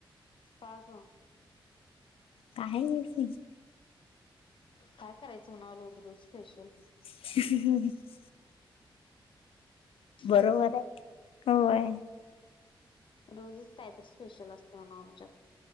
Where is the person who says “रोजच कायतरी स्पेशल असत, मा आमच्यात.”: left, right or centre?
Left